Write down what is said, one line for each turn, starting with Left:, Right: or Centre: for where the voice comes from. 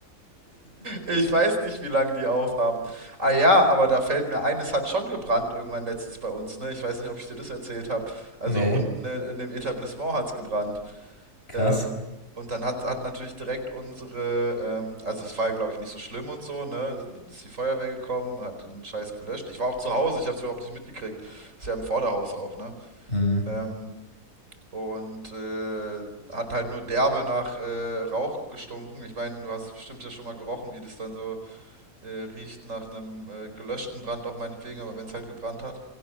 Right: Ich weiß nicht, wie lange die aufhaben. Ah ja, aber da fällt mir ein, es hat schon gebrannt irgendwann letztens bei uns, ne? Ich weiß nicht, ob ich dir das erzählt habe. Also
Left: Nee.
Right: unten in, in dem Etablissement hat's gebrannt.
Left: Krass.
Right: Ähm, und dann hat, hat natürlich direkt unsere, ähm, also es war ja, glaube ich, nicht so schlimm und so, ne? Ist die Feuerwehr gekommen, hat den Scheiß gelöscht. Ich war auch zu Hause, ich habe es überhaupt nicht mitgekriegt. Ist ja im Vorderhaus auch, ne?
Left: Mhm.
Right: Ähm, und äh, hat halt nur derbe nach äh, Rauch gestunken. Ich meine, du hast es bestimmt ja schon mal gerochen, wie das dann so äh, riecht nach einem äh, gelöschten Brand auch meinetwegen, aber wenn es halt gebrannt hat.